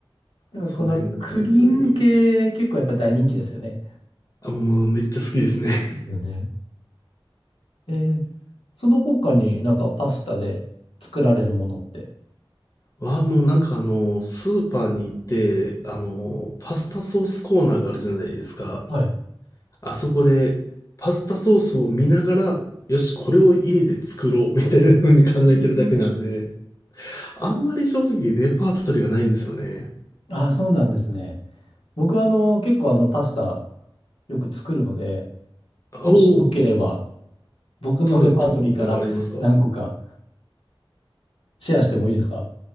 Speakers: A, on the left (about 80°); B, on the left (about 40°).
A: でもこのクリーム系、
B: その辺になっちゃうんですよね。
A: 結構やっぱ大人気ですよね。
B: あ、もうめっちゃ好きですね。<laughs>
A: よね。えー、その他になんかパスタで作られるものって。
B: わあ、もうなんかあの、スーパーに行って、あの、パスタソースコーナーがあるじゃないですか。
A: はい。
B: あそこで、パスタソースを見ながら、よし、これを家で作ろう、みたいな風に考えてるだけなんで、
A: うん
B: あんまり正直レパートリーがないんですよね。
A: ああ、そうなんですね。僕はあの、結構あの、パスタよく作るので、
B: おお、
A: もしよければ、僕のレパートリーから何個か
B: ただ、どんなことがありますか
A: シェアしてもいいですか